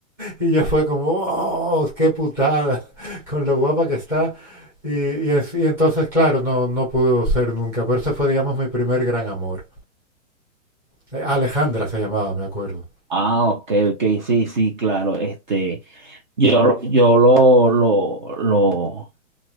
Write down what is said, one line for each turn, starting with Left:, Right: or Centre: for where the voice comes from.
Centre: Y yo fue como, oh, qué putada, <laughs> con lo guapa que está. Y, y es- y entonces, claro, no, no pudo ser nunca, pero ese fue, digamos, mi primer gran amor. Eh, Alejandra se llamaba, me acuerdo.
Right: Ah, ok, ok, sí, sí, claro. Este, yo, lo- yo lo, lo, lo,